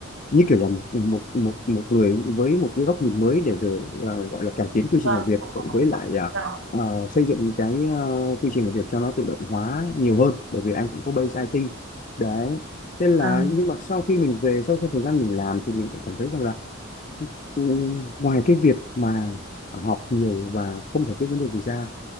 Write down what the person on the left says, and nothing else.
như kiểu là một một một một người với một cái góc nhìn mới để về à, gọi là cải tiến quy trình
làm việc cộng với lại à,
à, xây dựng cái à, quy trình làm việc cho nó tự động hóa nhiều hơn bởi vì anh cũng có base IT đấy thế là
nhưng mà sau khi mình về sau cái thời gian mình làm thì mình cũng cảm thấy rằng là ừ, ngoài cái việc mà học nhiều và không giải quyết vấn đề gì ra